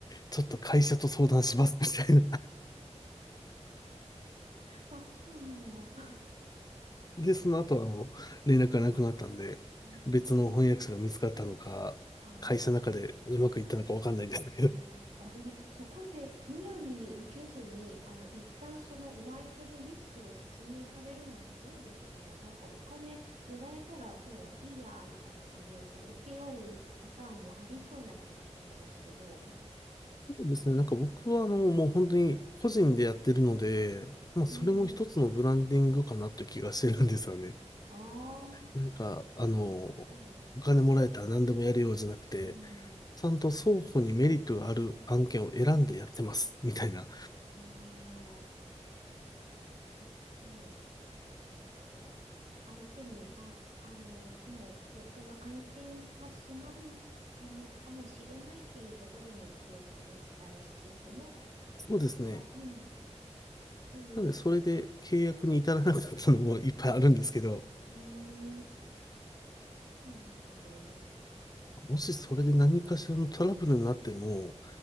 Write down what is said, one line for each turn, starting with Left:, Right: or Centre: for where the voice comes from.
Left: ちょっと会社と相談します、みたいな。<laughs>
Right: あ、あ、そうなんだ。
Left: で、その後、あの、連絡がなくなったんで、
Right: ね
Left: 別の翻訳者が見つかったのか、
Right: あ
Left: 会社の中でうまくいったのかわかんないんですけど。
Right: ーあー、あでも、そこでむやみに受けずに、あの、一旦そのお相手のリスクを説明されるのすごいですね。なんかお金もらえたらもういいや、みたいな感じで、こう、請け負うパターンもありそうな気がするんですけど。
Left: そうですね。なんか僕は、あの、もう本当に個人でやってるので、まあ、それも一つのブランディングかなという気がしてるんですよね。
Right: うん。ああ、
Left: なんか、あの、お金もらえたら何でもやるようじゃなくて、
Right: そう。うん。
Left: ちゃんと双方にメリットがある案件を選んでやってます、みたいな。
Right: ああ、なるほど。だからこう、相手に、あ、あの、もう、こう、この案件化しないかの、かもしれないっていうことでも一応こうお伝えしつつも、
Left: そうですね。
Right: あうん、っていう、
Left: なんで、それで契約に至らなかったのもいっぱいあるんですけど、
Right: うーん、そうなんですね。あ、
Left: もしそれで何かしらのトラブルになっても、
Right: でも、